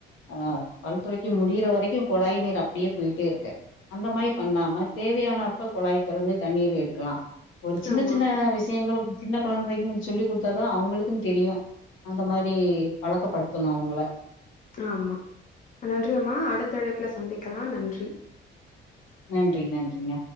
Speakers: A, on the left (about 75°); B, on the left (about 40°).
A: ஆ பல்துளக்கி முடியிற வரைக்கு குழாய் நீர் அப்டியே போய்ட்டே இருக்கு அந்த மாரி பண்ணாம தேவையான அப்ப கொழாய் தெறந்து தண்ணீர் எடுக்லா சின்ன
B: ஆமா
A: சின்ன விஷயங்கள் சின்ன கொழந்தைக்கும் சொல்லி குடுத்தாதான் அவங்களுக்கு தெரியு அந்த மாரி பழக்கப்படுத்தணு அவங்கள
B: ஆமா நன்றி அம்மா அடுத்த அழைப்புல சந்திக்கலா நன்றி
A: நன்றி நன்றிங்க